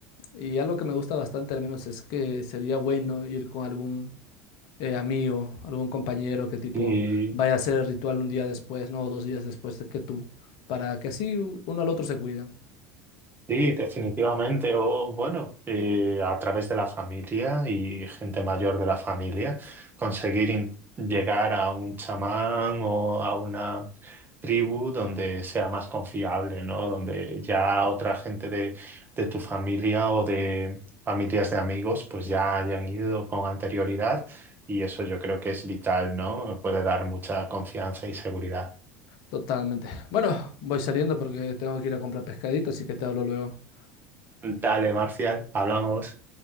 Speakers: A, on the left (about 60°); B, on the right (about 25°).
A: Y algo que me gusta bastante al menos es que sería bueno ir con algún... eh, amigo, algún compañero que tipo
B: sí.
A: vaya a hacer el ritual un día después, ¿no? O dos días después de que tú, para que así uno al otro se cuiden.
B: Sí, definitivamente. O bueno, eh, a través de la familia y gente mayor de la familia, conseguir in- llegar a un chamán o a una tribu donde sea más confiable, ¿no? Donde ya otra gente de, de tu familia o de familias de amigos, pues ya hayan ido con anterioridad y eso yo creo que es vital, ¿no? Puede dar mucha confianza y seguridad.
A: Totalmente. Bueno, voy saliendo porque tengo que ir a comprar pescadito, así que te hablo luego.
B: Dale, Marcial, hablamos.